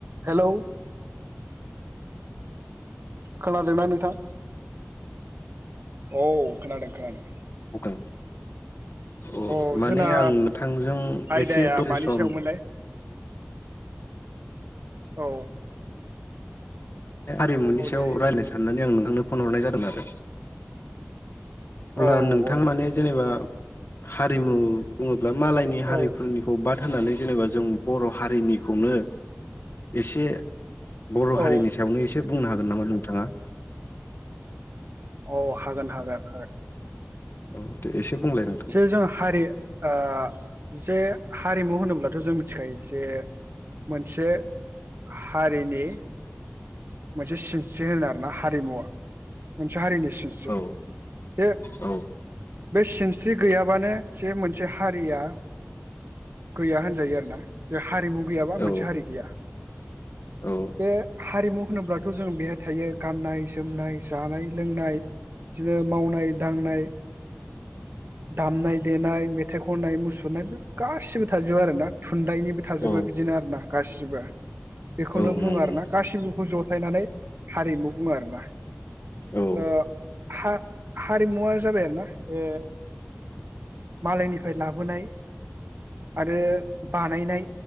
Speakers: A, on the right (about 60°); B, on the left (about 60°).
A: हेलौ खोनादोंना नोंथां? औ खोनादों खोनादों।
B: <unintelligible> अ
A: औ
B: माने
A: जोंना
B: आं नोथांजों
A: आयदाया
B: एसे दसे
A: मानि
B: सम
A: सायावमोनलाय औ
B: हारिमुनि
A: औ
B: सायाव
A: दे
B: रायलाय साननानै आं नों आंनो फन हरनाय जादोन आरो अब्ला
A: औ
B: नोंथां
A: औ
B: माने जेनेबा हारिमु बुङो। ब्ला मालायनि हारिफोरनिखौ
A: औ
B: बाद होननानै जेनेबा जों बर' हारिनिखौनो एसे बर
A: औ
B: हारिनि सायावनो एसे बुंनो हागौ । <unintelligible> नामा नोंथाङा?
A: अ हागोन हागोन हागोन ।
B: औे दे एसे बुंलाय नोंथां
A: जे जों हारि ओ जे हारिमु होनोब्लाथ जों मिथिखायो जे मोनसे हारिनि मोनसे सिनस्रि होनो आरोना हारिमुवा मोनसे हारिनि सिनस्रि
B: औ
A: बे
B: औ
A: बे सिनस्रि गैयाबानो जे मोनसे हारिया गैया होनजायो आरो ना। हारिमु गैयाबा मोनसे
B: औ
A: हारि गैया
B: औ
A: बे हारिमु होनोब्लाथ जों बेहाय थायो गाननाय जोमनाय जानाय लोंनाय बिदिनो मावनाय दांनाय दामनाय देनाय मेथाइ खननाय मुसुरनाय बे गासिबो थाजोबो आरो ना । खुन्दाइनिबो थाजोबो
B: औ
A: बिदिनो आरो ना गासैबो बेखौनो
B: औ
A: बुङो
B: नंगौ
A: आरोना गासिबोखौ ज फायनानै हारिमु बुङो आरोना
B: औ
A: ओ हा हारिमुवा जाबाय आरोना ओ मालायनिफाय लाबोनाय आरो बानायनाय